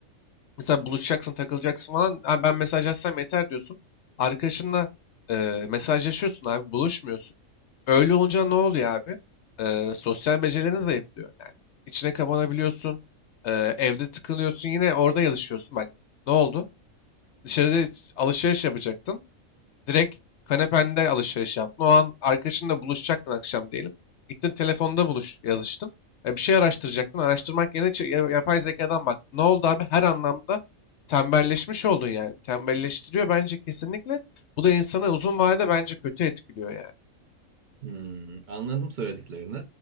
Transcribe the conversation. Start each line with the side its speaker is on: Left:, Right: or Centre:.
Left: mesela buluşacaksın, takılacaksın falan. "Ha, ben mesajlaşsam yeter diyorsun. Arkadaşınla e, mesajlaşıyorsun abi, buluşmuyorsun. Öyle olunca ne oluyor abi? E, sosyal becerilerin zayıflıyor yani. İçine kapanabiliyorsun. e, evde tıkılıyorsun. Yine orada yazışıyorsun. Bak ne oldu? Dışarıda alışveriş yapacaktın. Direkt kanepende alışveriş yaptın. O an arkadaşınla buluşacaktın akşam diyelim. Gittin telefonda buluş yazıştın. E, bir şey araştıracaktın. Araştırmak yerine çe- ya- yapay zekadan baktın. Ne oldu abi? Her anlamda tembelleşmiş oldun yani. Tembelleştiriyor bence kesinlikle. Bu da insanı uzun vadede bence kötü etkiliyor yani.
Right: Hmm, anladım söylediklerini.